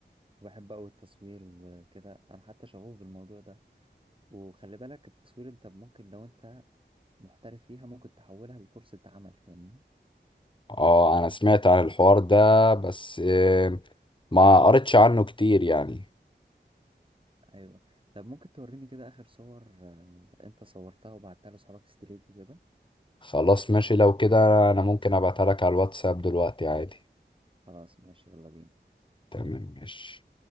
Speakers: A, on the right; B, on the left.
A: وبحب اوي التصوير وكده انا حتى شغوف بالموضوع ده وخلي بالك التصوير انت ممكن لو انت محترف فيها ممكن تحولها لفرصة عمل فاهمني
B: اه انا سمعت عن الحوار ده بس آه، ما قريتش عنه كتير يعني
A: ايوه طب ممكن توريني كده اخر صور آه، انت صورتها وبعتها لاصحابك ستريك وكده
B: خلاص ماشي لو كده انا ممكن ابعتها لك على الواتساب دلوقتي عادي
A: خلاص ماشي يلا بينا
B: تمام ماشي